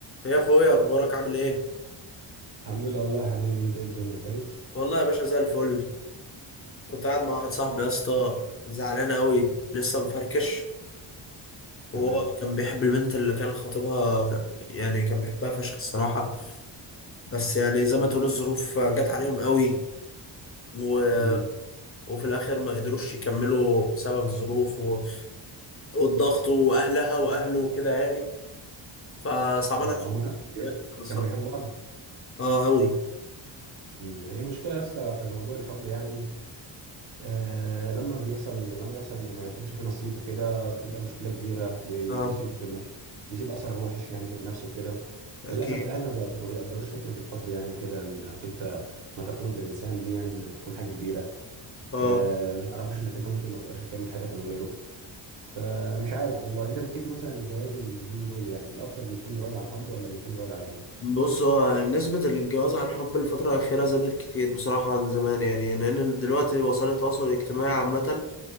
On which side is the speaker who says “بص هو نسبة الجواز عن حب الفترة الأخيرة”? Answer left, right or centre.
Left